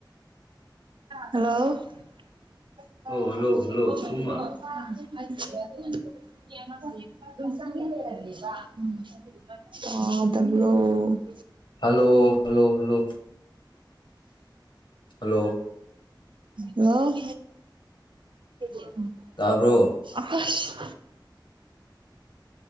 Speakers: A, on the right (about 80°); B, on the left (about 70°).
A: ꯍꯜꯂꯣ <unintelligible>
B: ꯑꯣ ꯍꯜꯂꯣ ꯍꯜꯂꯣ ꯁꯨꯝꯃ
A: ꯇꯥꯗꯕ꯭ꯔꯣ <inaudible>
B: ꯍꯜꯂꯣ ꯍꯜꯂꯣ ꯍꯜꯂꯣ ꯍꯜꯂꯣ
A: ꯅꯤꯅꯦ <inaudible> ꯍꯜꯂꯣ <inaudible>
B: ꯇꯥꯕ꯭ꯔꯣ
A: ꯑꯁ